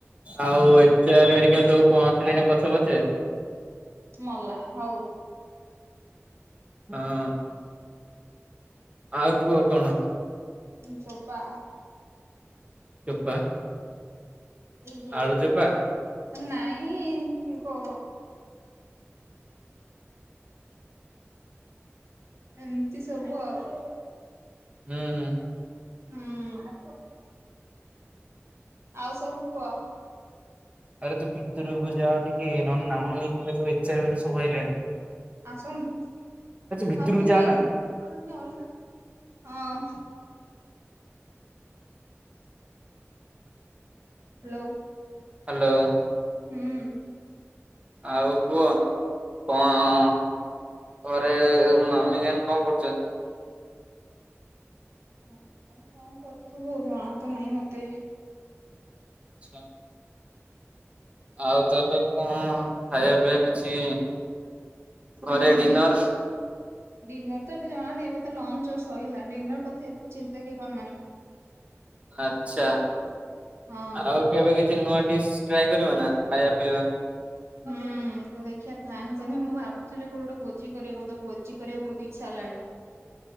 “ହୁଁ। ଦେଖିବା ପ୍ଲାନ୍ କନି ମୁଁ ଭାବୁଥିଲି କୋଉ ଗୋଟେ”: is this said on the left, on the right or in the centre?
Right